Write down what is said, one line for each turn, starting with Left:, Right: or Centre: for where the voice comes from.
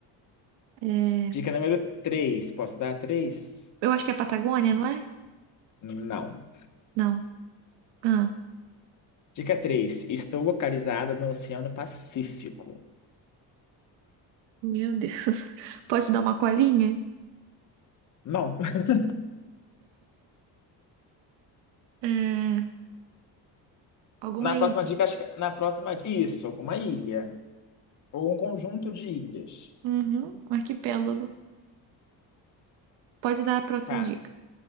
Right: É,
Left: Dica número três, posso dar três?
Right: eu acho que é Patagônia, não é?
Left: Não.
Right: Não. Ah,
Left: Dica três, estou localizada no Oceano Pacífico.
Right: meu Deus. <laughs> Pode dar uma colinha?
Left: Não. <laughs>
Right: É, alguma
Left: Na
Right: ilha?
Left: próxima dica, acho que é, na próxima, isso, alguma ilha ou um conjunto de ilhas.
Right: Uhum, um arquipélago. Pode dar a próxima
Left: Tá.
Right: dica.